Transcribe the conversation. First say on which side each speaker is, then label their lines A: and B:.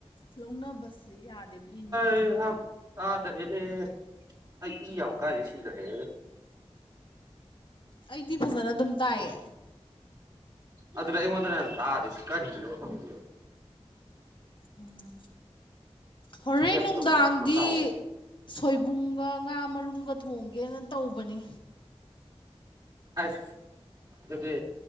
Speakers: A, on the left; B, on the right.
A: ꯂꯧꯅꯕꯁꯦ ꯌꯥꯗꯦꯕ ꯏ ꯃꯔꯤꯅꯤꯅ
B: ꯍꯩꯍꯥ ꯇꯥꯗꯔꯦꯅꯦ ꯑꯩ ꯏ ꯌꯥꯝ ꯀꯥꯏꯁꯦ ꯁꯤꯗꯅꯦ ꯑꯩꯅ
A: ꯑꯩꯗꯤ ꯐꯖꯅ ꯑꯗꯨꯝ ꯇꯥꯏꯌꯦ
B: ꯑꯩ ꯑꯗꯨꯅ ꯑꯩꯉꯣꯟꯗꯅ ꯌꯥꯝ ꯇꯥꯗꯁꯤ ꯀꯔꯤꯅꯣ ꯈꯪꯗꯦꯕ
A: ꯎꯝ ꯍꯣꯔꯦꯟ
B: ꯇꯦꯞꯇꯣ
A: ꯅꯨꯡꯗꯥꯡꯗꯤ
B: ꯃꯊꯛ ꯃꯈꯥ ꯑꯣꯟ
A: ꯁꯣꯏꯕꯨꯝꯒ ꯉꯥ ꯃꯔꯨꯝꯒ ꯊꯣꯡꯒꯦꯅ ꯇꯧꯕꯅꯤ
B: ꯑꯁ ꯑꯗꯨꯗꯤ